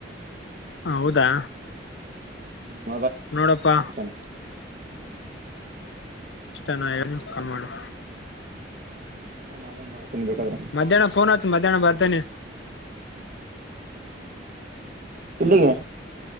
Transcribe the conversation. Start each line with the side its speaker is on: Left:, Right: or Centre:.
Left: ಹ ಹೌದಾ
Right: ಹ್ಮ್
Left: ನೋಡಪ್ಪಾ
Right: <unintelligible>
Left: ಇಷ್ಟ ನಾಯಕನು ಕಾಲ್ ಮಾಡು
Right: ಆಮೇಲೆ ಮಾಡ್ತೇನಿ ಬೇಕಾದ್ರೆ
Left: ಮಧ್ಯಾಹ್ನ ಫೋನ್ ಹಚ್ಚು ಮಧ್ಯಾಹ್ನ ಬರ್ತನಿ
Right: ಯಲ್ಲಿಗೆ